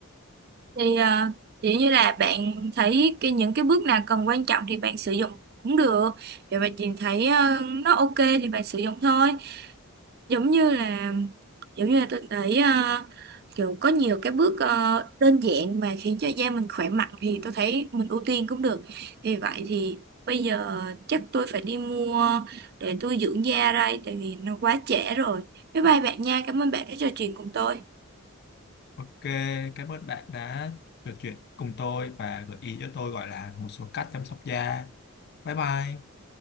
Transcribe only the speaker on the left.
ok cảm ơn bạn đã trò chuyện cùng tôi và gợi ý cho tôi gọi là một số cách chăm sóc da bye bye